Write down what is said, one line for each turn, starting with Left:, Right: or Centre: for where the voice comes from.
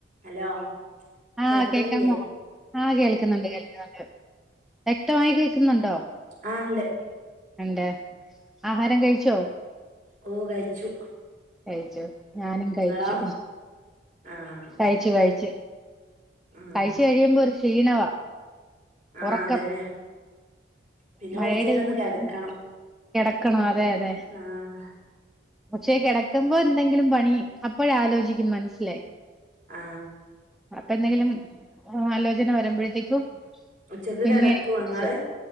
Right: Hello
Centre: ആ
Right: കേൾക്കണില്ലേ
Centre: കേക്കാമോ? ആ കേൾക്കുന്നുണ്ട്. കേൾക്കുന്നുണ്ട്. വ്യക്തമായി കേൾക്കുന്നുണ്ടോ?
Right: ആ ഉണ്ട്.
Centre: ഉണ്ട്. ആഹാരം കഴിച്ചോ?
Right: ഓ കഴിച്ചു.
Centre: കഴിച്ചു. ഞാനും കഴിച്ചു.
Right: നിങ്ങളോ ആഹ്
Centre: കഴിച്ചു. കഴിച്ചു.
Right: ആഹ്
Centre: കഴിച്ചു കഴിയുമ്പോ ഒരു ക്ഷീണവാ.
Right: ആ
Centre: ഉറക്കം
Right: അതന്നെ. പിന്നെ
Centre: മഴയുടെ
Right: കൊറച്ചു നേരം
Centre: ഇതുകൊണ്ട.
Right: ഒന്ന് കിടക്കണം
Centre: കിടക്കണം അതെ അതെ
Right: ആഹ്
Centre: പക്ഷേ കിടക്കുമ്പോ എന്തെങ്കിലും പണി അപ്പോഴ ആലോചിക്കും മനസ്സിലായി.
Right: ആ
Centre: അപ്പൊ എന്തെങ്കിലും ആലോചന വരുമ്പോഴത്തേക്കും
Right: ഉച്ചക്ക്
Centre: പിന്നെ
Right: കിടക്കുവോ
Centre: എനിക്ക് വിളിച്ചു.
Right: നിങ്ങള്?